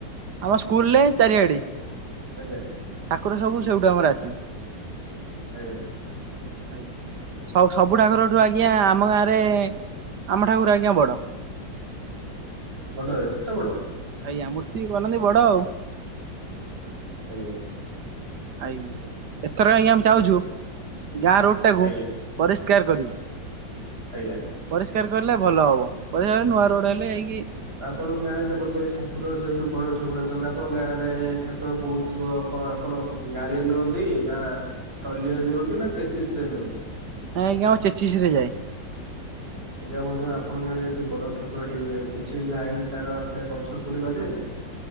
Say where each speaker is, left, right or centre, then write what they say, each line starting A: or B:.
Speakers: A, on the right (about 65°); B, on the right (about 30°).
A: ଆମ ସ୍କୁଲରେ ଚାରିଆଡେ,
B: ଆଜ୍ଞା,
A: ଠାକୁର ସବୁ ସେଇଠୁ ଆମର ଆସେ।
B: ଆଜ୍ଞା,
A: ଆଜ୍ଞା, ସ ସବୁ ଠାକୁରଠୁ ଆଜ୍ଞା ଆମ ଗାଁରେ ଆମ ଠାକୁର ଆଜ୍ଞା ବଡ।
B: ବଡ, ଏତେ କେତ ବଡ଼?
A: ଆଜ୍ଞା, ମୂର୍ତ୍ତି ବନାନ୍ତି ବଡ ଆଉ।
B: ଆଜ୍ଞା।
A: ଆଜ୍ଞା ଏଥର ଆଜ୍ଞା ଆମେ ଚାହୁଚୁ ଗାଁ ରୋଡ଼ ଟାକୁ
B: ଆଜ୍ଞା
A: ପରିଷ୍କାର କରିବୁ।
B: ଆଜ୍ଞା।
A: ପରିଷ୍କାର କରଲେ ଭଲ ହବ ପରିଷ୍କାର କଲେ ନୂଆ ରୋଡ଼ ହେଲେ ଯାଇକି
B: ଆପଣଙ୍କ ଗାଁରେ ବୋଧେ ଠାକୁର ଯେହେତୁ ବଡ଼ ଠାକୁର ଅଛନ୍ତି ଆପଣଙ୍କ ଗାଁରେ ଠାକୁର ବୋହୁଥୁବ ଅପଣ ଆପଣ ଗାଡ଼ିରେ ନିଅନ୍ତି ନା ଟଲି ରେ ନିଅନ୍ତି ନା ଚେଚିସ ରେ ନିଅନ୍ତି?
A: ନାଇଁ ଆଜ୍ଞା ଆମର ଚେଚିସିରେ ଯାଏ।
B: ଆଜ୍ଞା ବନ୍ଧୁ ଆପଣ ଗାଁ ରେ ଯୋଉ ବଡ ଠାକୁର ଡ଼ିମ୍ରେ କିଛି ଲାଇନ ତାର କିମ୍ବା ଗଛ କୋଉଠି ବାଜେନି?